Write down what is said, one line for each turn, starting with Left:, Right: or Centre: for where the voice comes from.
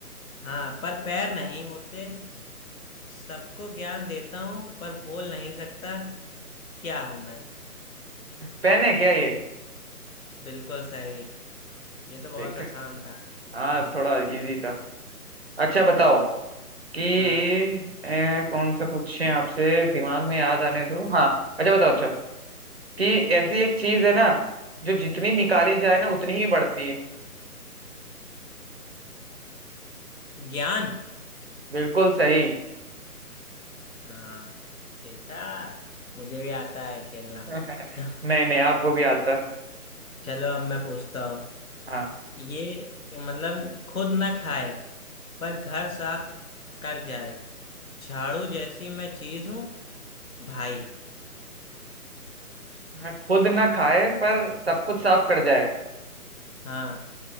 Left: हाँ पर पैर नहीं होते सबको ज्ञान देता हूँ पर बोल नहीं सकता क्या हूँ मैं
Right: पेन है क्या ये
Left: बिल्कुल सही ये तो बहुत
Right: देख
Left: आसान था
Right: हाँ थोड़ा इजी
Left: हाँ
Right: था अच्छा बताओ
Left: हाँ
Right: कि
Left: हाँ।
Right: अ, कौन सा पूछें आपसे दिमाग में याद आने दो हाँ अच्छा बताओ अच्छा कि ऐसी एक चीज है ना जो जितनी निकाली जाए ना उतनी ही बढ़ती है
Left: ज्ञान
Right: बिल्कुल सही
Left: हाँ देखा मुझे भी आता है खेलना
Right: <laughs>
Left: <laughs>
Right: नहीं नहीं आपको भी आता है
Left: चलो अब मैं पूछता हूँ
Right: हाँ
Left: ये मतलब खुद ना खाए पर घर साफ कर जाए झाड़ू जैसी मैं चीज हूँ भाई
Right: हाँ, खुद ना खाए पर सब कुछ साफ कर जाए
Left: हाँ